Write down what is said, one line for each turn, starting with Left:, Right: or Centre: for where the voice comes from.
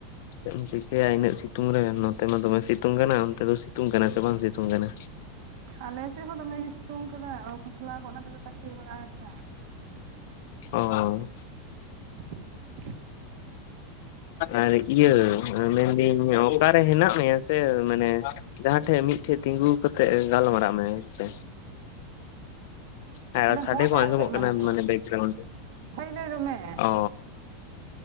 Left: ᱪᱮᱫ ᱮᱢ ᱪᱤᱠᱟᱹᱭᱟ ᱤᱱᱟᱹᱜ ᱥᱤᱛᱩᱝ ᱨᱮ ᱱᱚᱛᱮ ᱢᱟ ᱫᱚᱢᱮ ᱥᱤᱛᱩᱝ ᱠᱟᱱᱟ ᱚᱱᱛᱮ ᱫᱚ ᱥᱤᱛᱩᱝ ᱠᱟᱱᱟ ᱥᱮ ᱵᱟᱝ ᱥᱤᱛᱩᱝ ᱠᱟᱱᱟ
Right: ᱟᱞᱮ ᱥᱮᱫ ᱦᱚᱸ ᱫᱚᱢᱮᱜᱮ ᱥᱤᱛᱩᱝ ᱠᱟᱫᱟ ᱠᱷᱚᱥᱞᱟ ᱠᱚ ᱚᱱᱟ ᱛᱮᱞᱮ ᱛᱟᱥᱮ ᱵᱟᱲᱟ ᱠᱟᱫᱟ
Left: ᱚ
Right: <inaudible>
Left: ᱟᱨ ᱤᱭᱟᱹ ᱢᱮᱱᱫᱟᱤᱧ ᱚᱠᱟᱨᱮ ᱦᱮᱱᱟᱜ ᱢᱮᱭᱟ ᱥᱮ ᱢᱟᱱᱮ ᱡᱟᱦᱟᱸ ᱴᱷᱮᱡ ᱢᱤᱫᱴᱷᱮᱡ ᱛᱤᱸᱜᱩ ᱠᱟᱛᱮᱜ ᱜᱟᱞᱢᱟᱨᱟᱜ ᱢᱮ ᱦᱮᱸᱥᱮ ᱦᱮᱸ
Right: ᱚᱸᱰᱮ
Left: ᱥᱟᱰᱮ
Right: ᱦᱚᱭ
Left: ᱠᱚ
Right: ᱫᱟᱭ
Left: ᱟᱸᱡᱚᱢᱚᱜ
Right: ᱟᱞᱮ ᱥᱮᱫ ᱢᱟ
Left: ᱠᱟᱱᱟ
Right: ᱱᱤᱛᱚᱜ
Left: ᱢᱟᱱᱮ ᱵᱮᱠᱜᱨᱟᱣᱩᱱᱰ,
Right: ᱦᱚᱭ ᱫᱟᱭ ᱫᱚᱢᱮ
Left: ᱚ